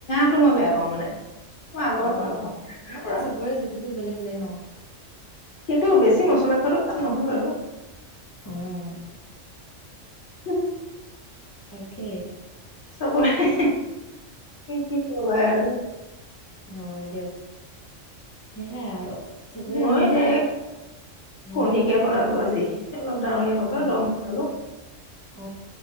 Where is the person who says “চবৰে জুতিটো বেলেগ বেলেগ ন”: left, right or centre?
Left